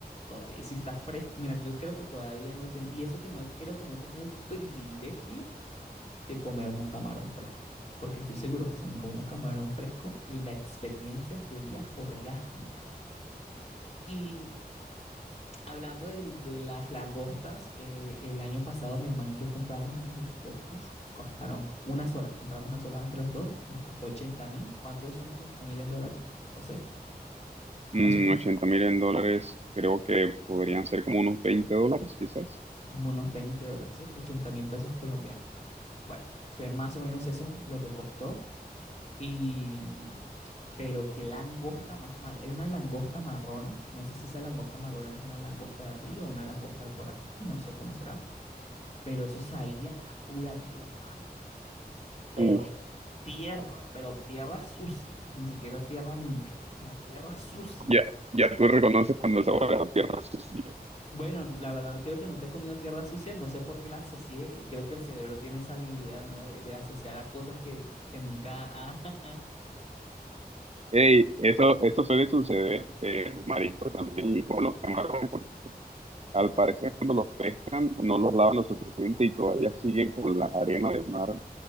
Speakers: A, on the left; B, on the right.
A: todavía. Y si está fresco, mira, yo creo que todavía no he tenido, y eso que no he, creo que no he tenido el privilegio de comerme un camarón fresco, porque estoy seguro que si me como un camarón fresco, la experiencia sería orgásmica. Y Hablando del- de, las langostas, eh, el año pasado mi hermano y yo compramos unas langostas, costaron una sola, compramos una sola entre los dos, nos costó ochenta mil. ¿Cuántos son ochenta mil en dólares, José?
B: Mm,
A: Más o menos,
B: 80 mil en dólares, creo que podrían ser como unos 20 dólares, quizás.
A: como unos 20 dólares, ¿cierto? 80 mil pesos colombianos. Bueno, fue más o menos eso lo que costó. Y, mm, pero qué langosta más mal, era una langosta marrona, no sé si esa langosta marrona es una langosta de río o una langosta de por aquí, no sé cómo será, pero eso sabía a pura tierra. Pero
B: Uf,
A: tierra, pero tierra sucia, ni siquiera tierra limpia, no, tierra sucia.
B: ya, ya tú reconoces cuando el sabor de la tierra sucia.
A: Bueno, la verdad creo que nunca he comido tierra sucia, no sé por qué la asocié, creo que el cerebro tiene esa habilidad, ¿no? De, de asociar a cosas que, que nunca ha... <laughs>
B: Ey, eso, eso suele suceder eh, en los mariscos también, y con los camarones, Al parecer, cuando los pescan, no los lavan lo suficiente y todavía siguen con la arena del mar